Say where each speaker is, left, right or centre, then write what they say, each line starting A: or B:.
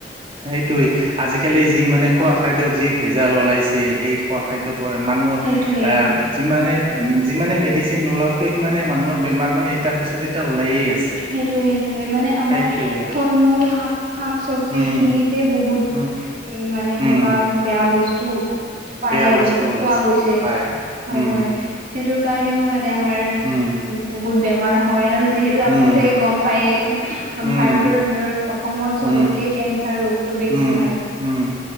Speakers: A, on the right (about 30°); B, on the right (about 50°).
A: সেইটোয়ে, আজিকালি যি মানে খোৱা খাদ্যত যি ভেজাল ওলাইছে সেই খোৱা খাদ্যৰ পৰাই মানুহৰ
B: সেইটোৱে
A: আ যিমানে, যিমানে মেডিচিন নোলাওক কিয় সিমানে মানুহৰ বেমাৰ মানে এটাৰ পিছত এটা ওলায়ে আছে।
B: সেইটোয়ে, সেইটোয়ে মানে আমাৰ
A: সেইটোৱে
B: ফল- মূল শাক, শাক চবজি
A: উম
B: সেইখিনিতে বহুত
A: উম।
B: উম, মানে এনেকুৱা
A: উম
B: বেয়া বস্তু পাই
A: বেয়া
B: আৰু
A: বস্তু ওলাইছে
B: পোৱা গৈছে,
A: পায়
B: হয়,
A: উম
B: হয়। সেইটোৰ কাৰণেও মানে আমাৰ
A: উম
B: বহুত বেমাৰ হয় আৰু যিহেতু আপুনি
A: উম
B: চাগে গম পাইয়ে, ভাৰতৰ
A: উম
B: ভিতৰত অসমত চবতকে
A: উম
B: কেঞ্চাৰ ৰোগ তোৰ বেছি
A: উম,
B: হয়।
A: উম।